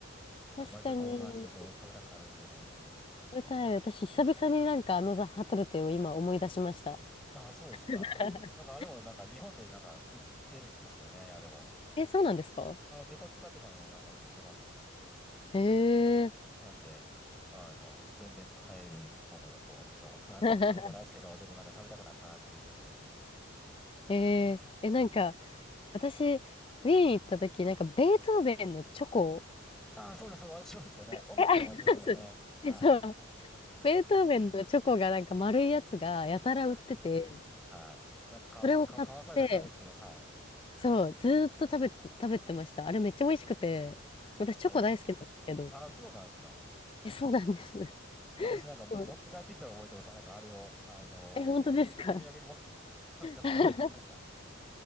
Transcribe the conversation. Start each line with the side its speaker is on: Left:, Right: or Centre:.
Centre: なんか毎回こう話すると食べたくなるんですよねっていう。
Left: 確かに、食べたい。私、久々になんかあのザ・ハトルテを今思い出しました。
Centre: あ、そうですか。
Left: <laughs>
Centre: なんかあれもなんか日本でなんか売ってるんですよね、あれも。
Left: え、そうなんですか
Centre: あの、デパ地下とかにもなんか売ってます。
Left: へえ。
Centre: なんで、あの、全然買えるものだと私は思ってた。食ったことないですけど、
Left: <laughs>
Centre: でもなんか食べたくなったなっていう久しぶりに。
Left: ええ。え、なんか、私、ウィーン行った時、なんかベートーベンのチョコ、
Centre: ああ、そうです。私そうですよね。
Left: え、
Centre: 音楽の街ですよね。
Left: あります。
Centre: はい。
Left: えそう、ベートーベンのチョコがなんか丸いやつがやたら売ってて、
Centre: はい。はい。なんかかわさ、
Left: それを買って、
Centre: か、かわされてたらあれですけど、はい。
Left: そう、ずーっと食べて、食べてました。あれめっちゃ美味しくて、私チョコ大好きなんですけど。
Centre: あれみ、ああ、そうなんですか。
Left: え、そうなんです。う
Centre: 私なんかも持って帰ってきたら覚えてます。
Left: ん
Centre: なんかあれを、あのーお土産に持って帰ってきたの
Left: え、本当ですか
Centre: <laughs> 今思い出しました。
Left: <laughs>